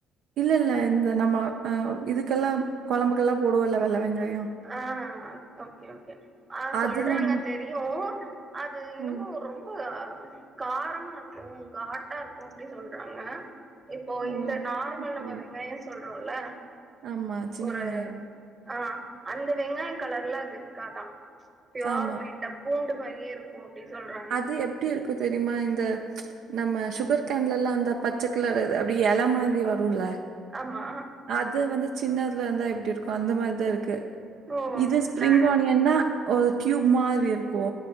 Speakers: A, on the right; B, on the right.
A: இல்ல இல்ல இந்த நம்ம ஆ இதுக்கெல்லா கொழம்புக்கெல்லா போடுவோல வெள்ள வெங்காய
B: ஆ ஓகே ஓகே ஆ
A: அதுல
B: சொல்றாங்க
A: ம
B: தெரியு அது இன்னுமோ
A: ஓ!
B: ரொம்ப காரமா இருக்கு காட்டா இருக்கு அப்டி சொல்றாங்க இப்போ
A: ஓ!
B: இந்த
A: அது
B: நார்மல்
A: பத்தி தெரியாது.
B: வெங்காய சொல்றோல
A: ஆமா சின்ன
B: ஒரு
A: வெங்காய
B: ஆ அந்த வெங்காய கலர்ல அது இருக்காதா பியோர்
A: ஆமா.
B: ஒயிட்டா பூண்டு மாரியே இருக் ஓ அப்டி சொல்ற
A: அது எப்டி இருக்கு தெரியுமா இந்த நம்ம சுகர் கேன்லலா அந்த பச்ச கலர் அது அப்டி எல மாதிரி வருல
B: ஆமா
A: அது வந்து சின்னதுல இருந்தா இப்டி இருக்கு அந்த மாரிதா இருக்கு
B: ஓ!
A: இது ஸ்பிரிங்
B: நானா?
A: ஆனியன்னா ஒரு டியூப் மாரி இருக்கு